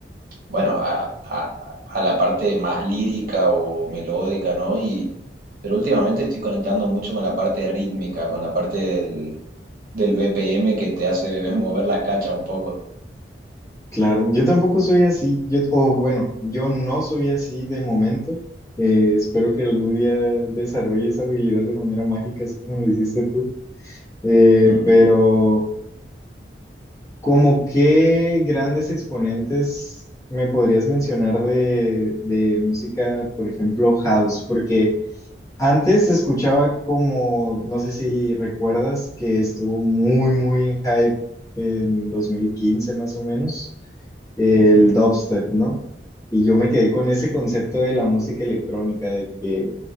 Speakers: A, on the right (about 55°); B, on the left (about 20°).
A: bueno, a, a- a la parte más lírica o melódica, ¿no? Y, pero últimamente estoy conectando mucho con la parte rítmica, con la parte del, del BPM que te hace <laughs> mover la cacha un poco.
B: Claro, yo tampoco soy así, yo, o bueno, yo no soy así de momento. Eh, espero que algún día desarrolle esa habilidad de manera mágica, así como lo hiciste tú. Eh,
A: <laughs> Ujú,
B: pero, ¿como qué grandes exponentes me podrías mencionar de, de música, por ejemplo, house? Porque antes escuchaba como, no sé si recuerdas, que estuvo muy, muy en hype en 2015 más o menos el
A: ujú.
B: dubstep, ¿no? Y yo me quedé con ese concepto de la música electrónica, de que